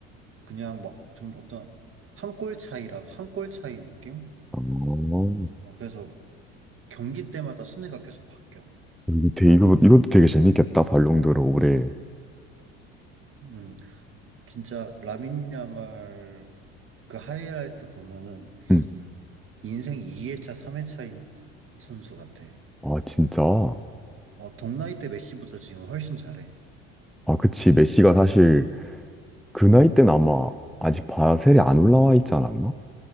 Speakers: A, on the right; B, in the centre.
A: 그냥 막 좀 어떤 한 골 차이라 한 골 차이 느낌?
B: 아, 어,
A: 어 그래서 경기 때마다 순위가 계속 바뀌어.
B: 이거 되게, 이거, 이것도 되게 재밌겠다, 발롱도르 올해.
A: 음 진짜 라민 야말 그 하이라이트 보면은
B: 음,
A: 인생 2회차, 3회차인 선수 같아.
B: 아, 진짜? 아,
A: 어, 동나이 때 메시보다 지금 훨씬 잘해.
B: 그치. 메시가 사실 그 나이 때는 아마 아직 바셀에 안 올라와 있지 않았나?